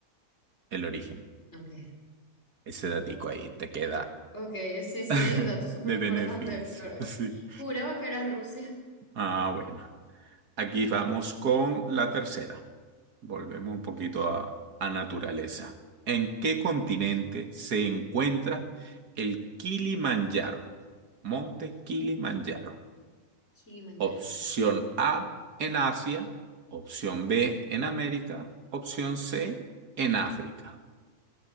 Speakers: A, on the right (about 80°); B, on the left (about 45°).
A: el origen.
B: Ok.
A: Ese datico ahí te queda
B: Ok, sí, sí,
A: <laughs>
B: dato súper
A: De
B: importante.
A: beneficio, sí.
B: Juraba que era Rusia.
A: Ah, bueno. Aquí vamos con la tercera. Volvemos un poquito a, a naturaleza. ¿En qué continente se encuentra el Kilimanjaro? Monte Kilimanjaro.
B: En Kilimanjaro.
A: Opción A en Asia, opción B en América, opción C en África.